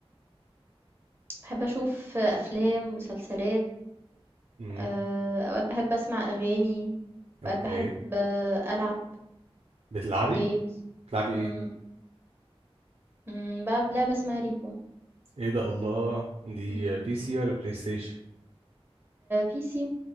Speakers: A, on the right; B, on the right.
A: بحب اشوف افلام ومسلسلات
B: امم
A: آه، اوقات بحب اسمع اغاني
B: اوكي
A: اوقات بحب آه، العب
B: بتلعبي؟
A: جيمز
B: بتلعبي
A: امم
B: ايه؟
A: أمم، بلعب لعبه اسمها ريبو
B: ايه ده الله دي
A: امم
B: بي سي ولا بلاي ستيشن؟
A: بي سي